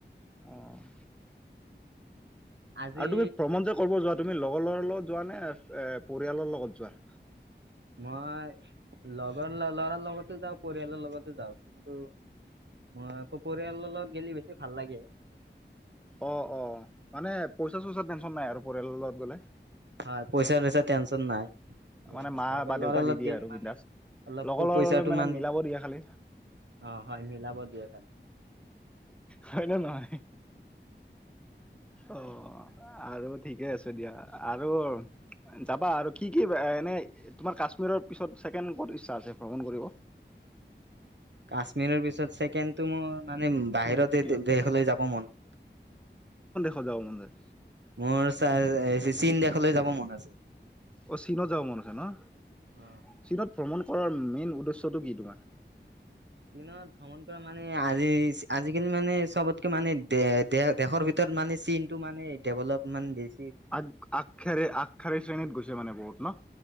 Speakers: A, in the centre; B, on the right (about 70°).
A: অ'।
B: আজি
A: আৰু তুমি ভ্ৰমণ যে কৰিব যোৱা তুমি লগৰ লগৰ লগত যোৱা নে এ পৰিয়ালৰ লগত যোৱা।
B: মই লগৰ ল-ল'ৰাৰ লগতে যাওঁ, পৰিয়ালৰ লগতে যাওঁ কিন্তু মই আকৌ পৰিয়ালৰ লগত গেলি বেছি ভাল লাগে।
A: অ', অ', মানে পইচা চইচা টেনচন নাই আৰু পৰিয়ালৰ লগত গ'লে।
B: হয় পইচা চইচা টেনশন নাই। আৰু
A: মানে মা
B: লগৰ
A: বা
B: লৰা
A: দেউতাই
B: লগ
A: দি দিয়ে
B: গেলে
A: আৰু
B: মানে
A: বিন্দাছ।
B: অলপ
A: লগৰ ল'ৰা
B: পইচাটো মানে
A: মিলাব দিয়ে খালি
B: অ', হয় মিলাব দিয়
A: হয়নে নহয় অ', আৰু ঠিকে আছে দিয়া আৰু যাবা আৰু কি কি এনে তোমাৰ কাশ্মীৰৰ পিছত ছেকেণ্ড ক'ত ইচ্ছা আছে ভ্ৰমণ কৰিব।
B: পাঁচ মিনিট পিছত চছেকেণ্ডটো মোৰ <inaudible> মানে বাহিৰতে
A: দ্বিতীয়
B: দেশলৈ যাব মন আছে।
A: সজাওঁ মন যায়।
B: মোৰ চীন দেশলৈ যাব মন আছে।
A: অ', চীনত যাব মন আছে ন
B: অ
A: চীনত ভ্ৰমণ কৰাৰ মেইন উদ্দেশ্যটো কি তোমাৰ?
B: দিনত ভ্ৰমণ কৰা মানে আজি আজিকালি মানে চবতকে মানে দে দেশৰ ভিতৰত মানে চিনটো মানে ডেভেলপ মান বেছ
A: আগ আগশাৰী, আগশাৰী শ্ৰেণীত গৈছে মানে বহুত ন?